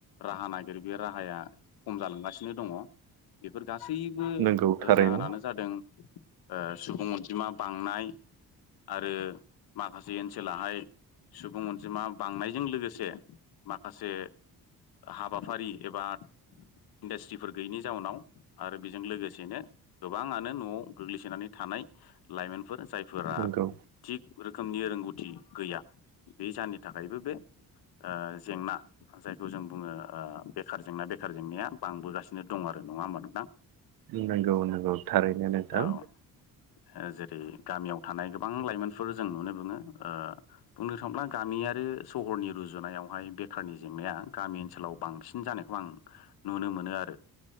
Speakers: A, on the left (about 75°); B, on the right (about 70°).
A: राहा नागिरो बे राहाया - खम जालांगासिनो दङ बेफोर गासैबो
B: नंगौ थारैनो
A: - जाहोनानो जादों ओह - सुबुं अनजिमा बांनाय - आरो - माखासे ओनसोलाहाय सुबुं अनजिमा बांनायजों लोगोसे माखासे हाबाफारि एबा - इन्डास्ट्रिफोर गैयिनि जाउनाव - आरो बेजों लोगोसे बेनो - गोबाङानो न'आव गोग्लैसोनानै थानाय - लाइमोन फोर जायफोरा
B: नंगौ
A: - थिग रो खोमनि रोंगौथि - गैया बे जाहोननि थाखायबो बे ओह - जेंना - जायखौ जों बुङो ओह बेखार जेंना बेखार जेंनाया बांबोगासिनो दं आरो नङा होमबा नों थां
B: नंगौ- नंगौ थारैनो नोंथां
A: औ ओ जेरै गामियाव थानाय गोबां लाइमोनफोर जों नुनो मोनो ओ बुंनो थाङोब्ला गामियारि आरो सहरनि रुजुनायावहाय बेखारनि जेंनाया गामि ओनसोलाव बांसिन जानायखौ आं नुनो मोनो आरो